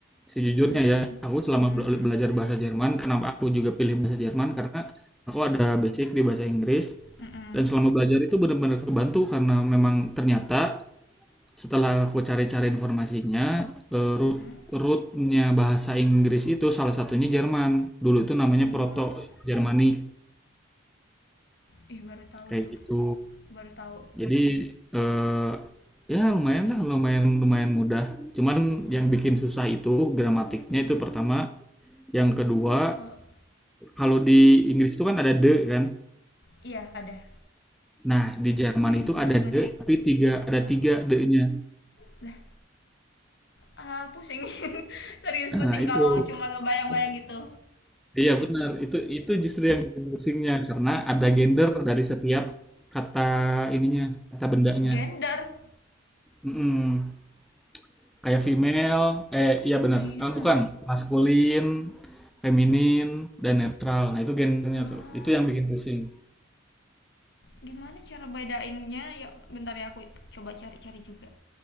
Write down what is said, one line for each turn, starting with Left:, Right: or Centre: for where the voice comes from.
Centre: sejujurnya
Left: Mm-mm.
Centre: ya aku selama
Left: Mm-mm.
Centre: bela- belajar bahasa Jerman kenapa aku juga pilih bahasa Jerman karena aku ada basic di bahasa Inggris
Left: Mm-mm.
Centre: dan selama belajar itu benar-benar kebantu karena memang ternyata setelah aku cari-cari informasinya eh, root
Left: Mm-mm.
Centre: rootnya bahasa Inggris itu salah satunya Jerman dulu itu namanya
Left: Oh,
Centre: Proto Jermanik
Left: ih baru tahu
Centre: kayak
Left: itu.
Centre: gitu
Left: Baru tahu.
Centre: Jadi eh ya lumayan lah, lumayan lumayan mudah. Cuman
Left: Mm-mm.
Centre: yang bikin susah itu gramatiknya
Left: Mm-mm.
Centre: itu pertama, yang kedua
Left: Oh,
Centre: kalau di Inggris itu kan ada de kan.
Left: iya ada.
Centre: Nah, di Jerman
Left: Kayak
Centre: itu
Left: imbuhan-imbuhan
Centre: ada de
Left: gitu.
Centre: tapi tiga ada
Left: Ah,
Centre: tiga de-nya.
Left: lah, ah, pusing. <laughs> Serius
Centre: Nah,
Left: pusing
Centre: itu.
Left: kalau cuma ngebayang-bayang gitu.
Centre: Iya benar, itu itu justru yang bikin pusingnya karena ada gender dari setiap kata ininya, kata bendanya.
Left: Gender.
Centre: Mm-mm. kayak female eh iya bener
Left: Iya.
Centre: Eh, bukan maskulin feminin dan netral nah itu gendernya
Left: Ah,
Centre: tuh itu yang bikin pusing
Left: gimana cara bedainnya? Ya, bentar ya aku coba cari-cari juga.